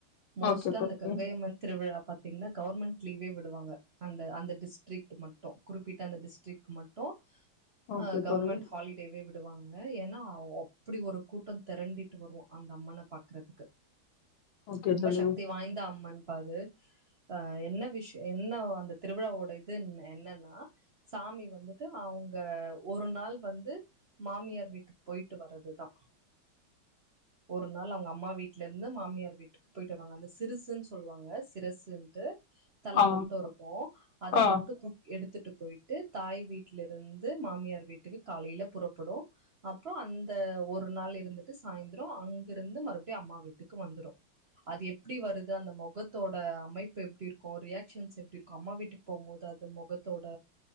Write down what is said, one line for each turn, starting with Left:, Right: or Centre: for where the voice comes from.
Right: மோஸ்ட்டா
Left: ஓகே
Right: அந்த
Left: தோழி
Right: கங்கையம்மன் திருவிழா பாத்தீங்கன்னா கவர்மெண்ட் லீவே விடுவாங்க அந்த அந்த டிஸ்ட்ரிக் மட்டு குறிப்பிட்ட அந்த டிஸ்டிக் மட்டு
Left: ஓகே
Right: அ கவர்மெண்ட்
Left: தோழி
Right: ஹாலிடேவே விடுவாங்க <unintelligible> ஏன்னா அப்டி ஒரு கூட்டோ தெரண்டிட்டு வருவோ அந்த அம்மன பாக்குறதுகு
Left: ஓகே
Right: ரொம்ப
Left: தோழி
Right: ஷக்தி வாய்ந்த அம்மன் பா அது அ என்ன விஷோ என்ன அந்த திருவிழாவோட இது என் என்னன்னா சாமி வந்து து அவுங்க ஒரு நாள் வந்து மாமியார் வீட்டுக்கு போய்ட்டு வர்றதுதா ஒரு நாள் அவுங்க அம்மா வீட்லருந்து மாமியார் வீட்டுக்கு போய்ட்டு வருவாங்க அந்த சிறுசுன் சொல்வாங்க திரசுன்டு தல
Left: ஆ
Right: மட்டுருக்கு அத
Left: ஆ
Right: மட்டு கூட் எடுத்துட்டு போய்ட்டு தாய் வீட்லருந்து மாமியார் வீட்டுக்கு காலைல புறப் போடு அப்றோ அந்த ஒரு நாள் இருந்துட்டு சாய்ந்தரோ அங் இருந்து மறுபடியு அம்மா வீட்டுக்கு வந்துரு அது எப்டி வருது அந்த மொகத் தோட அமைப்பு எப்டிருக்கு ரியாக்சன்ஸ் எப்டிருக்கு அம்மா வீட்டுக்கு போகுபோது அது மொகத் தோட